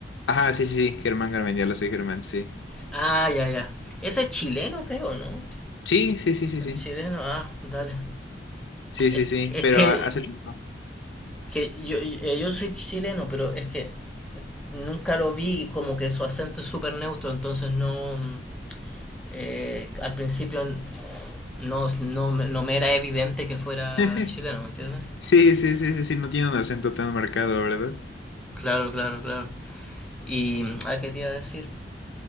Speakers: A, on the left; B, in the centre.
A: Ajá, sí, sí, sí, Germán Garmendia, lo soy Germán, sí.
B: Ah, ya, ya. Ese es chileno, creo, ¿no?
A: Sí, sí, sí, sí,
B: El
A: sí.
B: chileno, ah, dale.
A: Sí,
B: Es,
A: sí, sí,
B: es
A: pero
B: que,
A: hace tiempo.
B: que yo, eh, yo soy chileno, pero es que eh, nunca lo vi como que su acento es súper neutro, entonces no... mm, eh, al principio no, no, no me era evidente que fuera
A: <laughs>
B: chileno, ¿me entiendes?
A: Sí, sí, sí, sí, sí, no tiene un acento tan marcado, ¿verdad?
B: Claro, claro, claro. Y, ¿a qué te iba a decir?